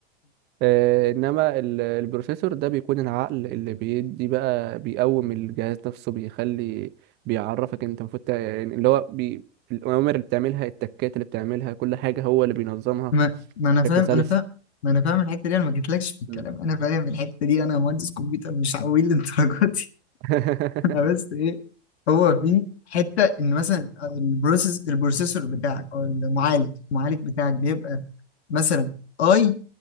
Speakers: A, on the right; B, on the left.
A: آه، إنما ال- البروسيسور ده بيكون العقل اللي بيدي بقى بيقوم الجهاز نفسه بيخلي بيعرفك أنت المفروض تع- يعني اللي هو بي... الأوامر اللي بتعملها التكات اللي بتعملها كل حاجة هو اللي بينظمها
B: ما... ما أنا فاهم
A: بشكل سلس
B: أنا فاهم ما أنا فاهم الحتة دي أنا ما جيتلكش في الكلام
A: م.
B: أنا فاهم الحتة دي أنا مهندس كمبيوتر مش عويل للدرجة
A: <laughs>
B: <laughs> أنا بس ايه هو في حته ان مثلا البروسيس البروسيسور بتاعك او المعالج المعالج بتاعك بيبقى مثلا اي